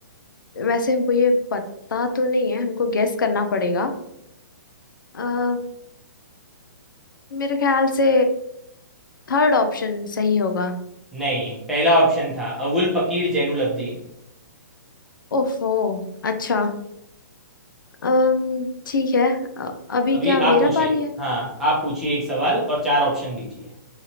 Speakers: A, on the left; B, in the centre.
A: वैसे हमको ये पता तो नहीं है हमको गेस करना पड़ेगा अ, मेरे ख्याल से थर्ड ऑप्शन सही होगा
B: नहीं पहला ऑप्शन था अवुल फकीर जैनुल अब्दीन
A: ओफो अच्छा अम, ठीक है अ, अभी
B: अभी
A: क्या
B: आप
A: मेरा
B: पूछिए
A: पारी है
B: हाँ आप पूछिए एक सवाल और चार ऑप्शन दीजिए